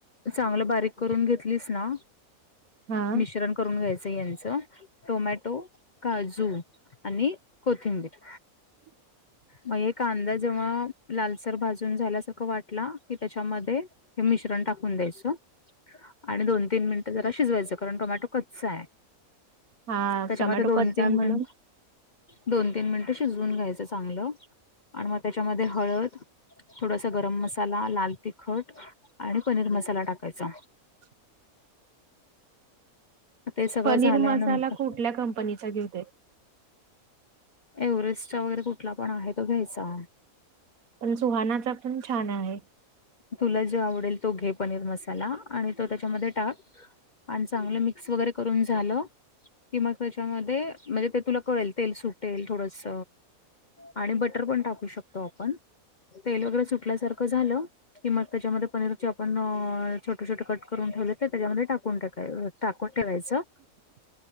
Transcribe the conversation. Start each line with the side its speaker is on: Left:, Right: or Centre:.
Left: चांगलं बारीक करून घेतलीस ना
Right: हा
Left: मिश्रण करून घ्यायचं यांचं टोमॅट टो, काजू आणि कोथिंबीर
Right: <inaudible>
Left: म ये कांदा जेव्हा लालसर भाजून झाल्यासारखं वाटला की त्याच्यामध्ये हे मिश्रण टाकून द्यायचं, आणि दोन तीन मिनिटं जरा शिजवायचं कारण टोमॅटो कच्चा आय.
Right: हा
Left: त्याच्यामध्ये
Right: टमॅटो
Left: दोन
Right: कच्चा
Left: तीन
Right: म्हणून
Left: मि दोन तीन मिनटं शिजवून घ्यायचं चांगलं आणि म त्याच्यामध्ये हळद थोडासा गरम मसाला, लाल तिखट आणि पनीर मसाला टाकाचा
Right: <inaudible>
Left: ते सगळं
Right: पनीर
Left: झाल्यानंतर
Right: मसाला कुठल्या कंपनीचा घेवूता
Left: एव्हरेस्टचा वगैरे कुठला पण आहे तो घ्यायचा.
Right: पण सुहानाचा पण छान आहे.
Left: तुला जो आवडेल तो घे पनीर मसाला आणि तो त्याच्यामध्ये टाक आणि चांगलं मिक्स वगैरे करून झालं की मग त्याच्यामध्ये म्हणजे ते तुला कळेल तेल सुटेल थोडस आणि बटर पण टाकू शकतो. आपण तेल वगैरे सुटल्यासारखं झालं की मग त्याच्यामध्ये पनीरचे आपण अ छोटे छोटे कट करून ठेवले ते त्याच्यामध्ये टाकून टाकाय अ टाकून ठेवायचं
Right: <inaudible>